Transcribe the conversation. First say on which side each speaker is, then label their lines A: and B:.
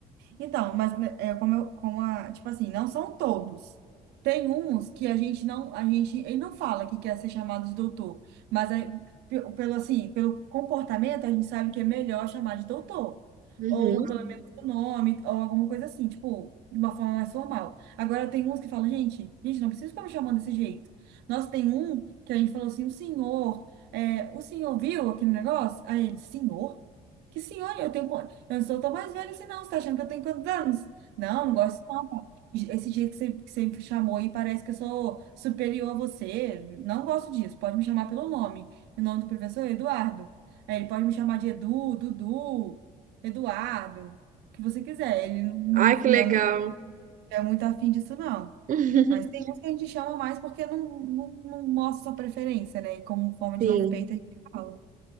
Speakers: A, on the right (about 80°); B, on the right (about 50°).
A: Então, mas né, é como, eu, como a, tipo assim, não são todos. Tem uns que a gente não, a gente, ele não fala que quer ser chamado de doutor, mas é, pe- pelo assim, pelo comportamento a gente sabe que é melhor chamar de doutor,
B: Uhum.
A: ou pelo menos o nome, ou alguma coisa assim, tipo, de uma forma mais formal. Agora tem uns que falam, gente, gente, não precisa ficar me chamando desse jeito. Nossa, tem um que a gente falou assim, o senhor, é, o senhor viu aquele negócio? Aí ele, senhor? Que senhor? Eu tenho. Eu não sou tão mais velha assim, não. Você tá achando que eu tenho quantos anos? Não, não gosto não, pá. Esse jeito que você, que você me chamou aí parece que eu sou superior a você. Não gosto disso. Pode me chamar pelo nome. O nome do professor é Eduardo. Aí ele pode me chamar de Edu, Dudu, Eduardo, o que você quiser. Ele não,
B: Ai, que
A: não
B: legal.
A: é muito, é muito afim disso, não.
B: <laughs>
A: Mas tem uns que a gente chama mais porque não, não, não mostra sua preferência, né? E Como forma
B: Sim,
A: de respeito a gente fala.